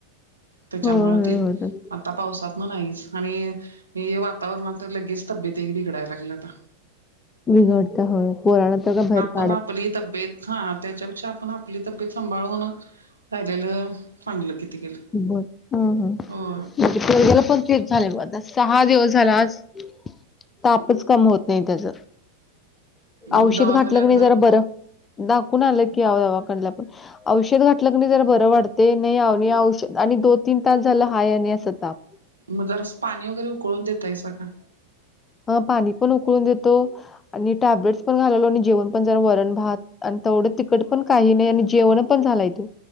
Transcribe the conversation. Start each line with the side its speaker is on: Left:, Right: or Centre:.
Right: त्याच्यामुळे
Left: होय होय
Right: ते मला
Left: होय तसं.
Right: आता पावसातन नाहीच आणि हे वातावरणात तर लग्गेच तब्येत एक बिघडाय लागली आता
Left: बिघडता होय पण तेच्यात भर
Right: पण आपली तब तबेत हा त्याच्यापेक्षा आपण आपली तब्येत सांभाळून राहिलेलं चांगलं किती केलं
Left: बर हा हा
Right: हो
Left: तेवढ्याला पण तेच झाले मग आता सहा दिवस झाल आज तापच कम होत नाही त्याच
Right: मग
Left: औषध
Right: दवाखान्यात
Left: घातलं की नाही जरा बरं दाखवून आलं की आव अवा कन ला पण औषध घातलं क नाही जरा बरं वाढते नाही औ नाही औष आणि दो तीन तास झालं हाय आणि असं ताप
Right: म जरास पाणी वगैरे उकळून देताइसा का
Left: अ पाणी पण उकळून देतो आणि टॅब्लेट्स पण घालवलो आणि जेवण पण जरा वरण भात आणि तेवढं तिकट पण काही नाही आणि जेवण पण झालाय तो